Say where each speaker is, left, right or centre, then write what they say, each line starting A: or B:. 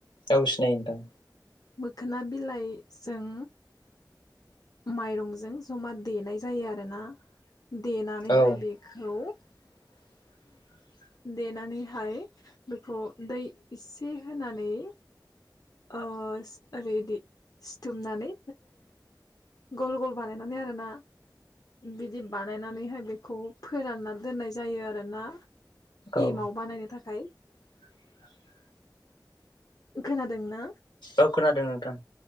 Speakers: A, on the left; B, on the left.
A: एव सिनायो दां
B: मोखोना बिलाइजों माइरंजों जमा देनाय जायो आरोना देनानैहाय
A: औ
B: बेखौ
A: <unintelligible>
B: देनानैहाय बेखौ दै एसे होनानै ओरैदि सिथुमनानै गल गल बानायनानै आरोना बिदि बानायनानैहाय बेखौ फोरानना दोननाय जायो आरोना
A: औ
B: एम आव बानायनो थाखाय
A: <unintelligible>
B: खोनादोंना
A: औ खोनादों नोंथां